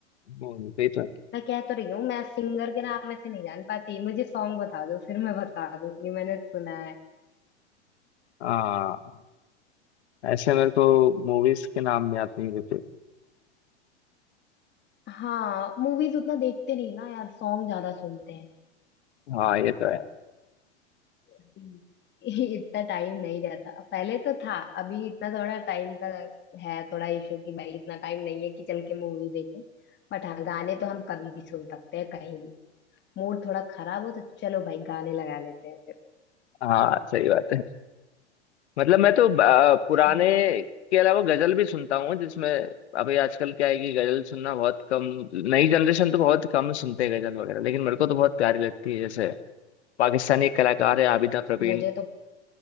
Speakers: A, on the left; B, on the left.
A: वो उनके ही तो है
B: मैं कह तो रही हूँ मैं सिंगर के नाम ऐसे नहीं जान पाती मुझे सॉन्ग बता दो फिर मैं बता दूंगी मैंने सुना है
A: हाँ ऐसे मेरे को मूवीज के नाम याद नहीं रहते
B: हाँ मूवीज उतना देखते नहीं ना यार सॉन्ग ज्यादा सुनते हैं
A: हाँ ये तो है
B: हम्म। <laughs> इतना टाइम नहीं रहता पहले तो था अभी इतना थोड़ा टाइम का है थोड़ा इशू कि भाई इतना टाइम नहीं है कि चल के मूवी देखें बट हाँ गाने तो हम कभी भी सुन सकते हैं कहीं भी मूड थोड़ा खराब हो तो चलो भाई गाने लगा लेते हैं फिर
A: हाँ सही बात है मतलब मैं तो अ, पुराने
B: हाँ,
A: के अलावा गजल भी सुनता हूँ जिसमें अभी आजकल क्या है कि गजल सुनना बहुत कम नई जनरेशन तो बहुत कम सुनते हैं गजल वगैरह लेकिन मेरे को तो बहुत प्यारी लगती है जैसे पाकिस्तानी एक कलाकार है आबिदा प्रवीण
B: मुझे तो